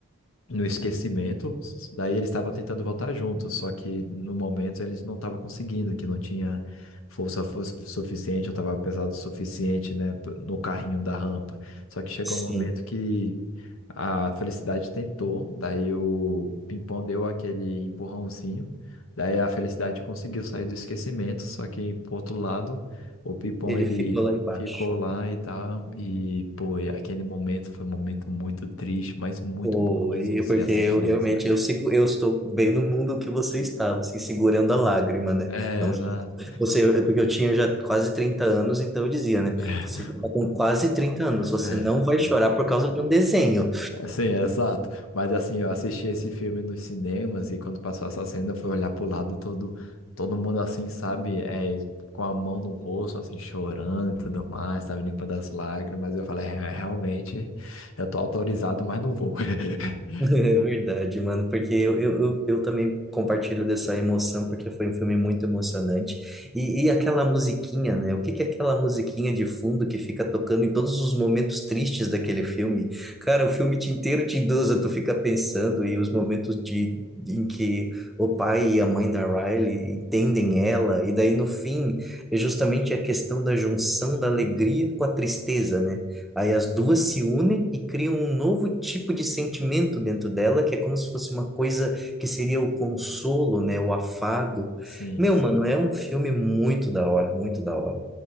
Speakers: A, on the left (about 75°); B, in the centre.
A: no esquecimento. Daí eles estavam tentando voltar juntos, só que no momento eles não estavam conseguindo, que não tinha força, fu- suficiente, eu estava pesado o suficiente, né, p- no carrinho da rampa. Só que chegou
B: <laughs> Sim,
A: um momento que a Felicidade tentou, daí o Pimpão deu aquele empurrãozinho, daí a Felicidade conseguiu sair do esquecimento, só que por outro lado, o Pimpão
B: ele
A: ele
B: ficou lá embaixo.
A: Ficou lá e tal, e pô, e aquele momento foi um momento muito triste, mas muito
B: Foi,
A: bonito de ser
B: porque
A: assistido,
B: eu realmente
A: sabe?
B: eu, sigo, eu estou bem no mundo que você
A: Hum.
B: estava, assim, segurando a lágrima, né?
A: É,
B: Não,
A: exato.
B: você, eu- porque eu tinha já quase 30 anos, então eu dizia, né?
A: <laughs>
B: Você já está com quase 30 anos, você
A: É,
B: não vai chorar por causa de um desenho.
A: é. Sim, é exato. Mas assim, eu assisti esse filme nos cinemas e quando passou essa cena, eu fui olhar pro lado todo, todo mundo assim, sabe? É, com a mão no rosto, assim, chorando e tudo mais, sabe? Limpando as lágrimas. Eu falei, "É, realmente, eu tô autorizado, mas não vou. <laughs>
B: <laughs> É verdade, mano, porque eu, eu, eu, eu também compartilho dessa emoção, porque foi um filme muito emocionante. E, e aquela musiquinha, né? O que que é aquela musiquinha de fundo que fica tocando em todos os momentos tristes daquele filme? Cara, o filme te- inteiro te induz a tu ficar pensando, e os momentos de, em que o pai e a mãe da Riley entendem ela, e daí no fim, é justamente a questão da junção da alegria com a tristeza, né? Aí as duas se unem e criam um novo tipo de sentimento dentro dela, que é como se fosse uma coisa que seria o consolo, né? O afago.
A: Sim,
B: Meu,
A: sim.
B: mano, é um filme muito da hora, muito da hora.